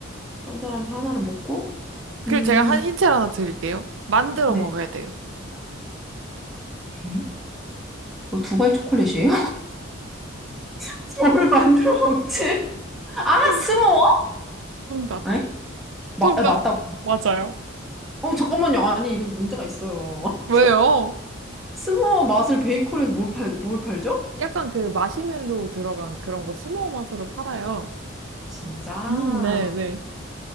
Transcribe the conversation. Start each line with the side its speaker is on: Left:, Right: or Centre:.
Centre: 한 사람이 하나를 먹고,
Right: 그리고
Centre: 음,
Right: 제가 한 힌트를 하나 드릴게요. 만들어
Centre: 네.
Right: 먹어야 돼요.
Centre: 에? 뭐 두바이 초콜릿이에요? <laughs> 뭘 만들어 먹지? 아,
Right: <laughs>
Centre: 스모어?
Right: 정답.
Centre: 에? 마,
Right: 정답.
Centre: 에, 맞다.
Right: 맞아요.
Centre: 어, 잠깐만요. 아니, 이거 문제가 있어요.
Right: 왜요?
Centre: 스모어 맛을 베이커리에서 뭘 팔, 뭘 팔죠?
Right: 약간 그 마시멜로 들어간 그런 거 스모어 맛으로 팔아요.
Centre: 아, 진짜.
Right: 음, 네, 네.